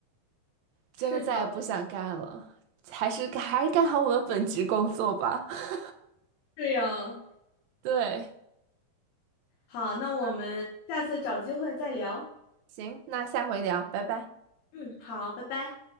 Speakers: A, on the right; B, on the left.
A: 真的再也不想干了。
B: 是的，
A: 还是还是干好我们本职工作吧。<laughs>
B: 是呀。
A: 对，
B: 好，那我们下次找机会再聊。
A: 好，行，那下回聊，拜拜。
B: 嗯，好，拜拜。